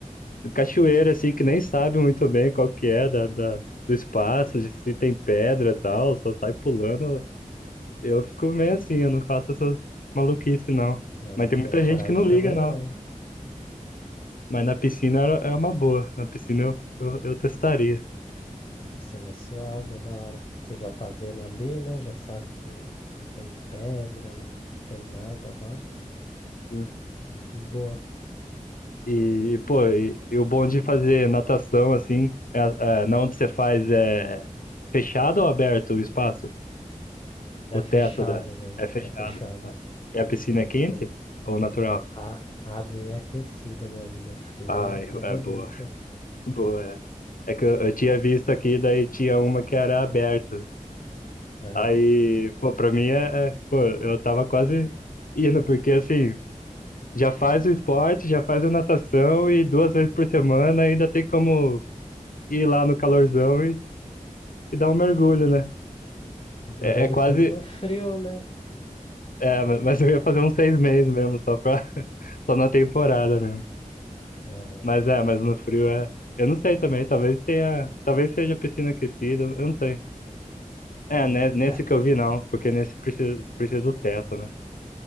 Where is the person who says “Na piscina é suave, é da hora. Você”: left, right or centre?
Left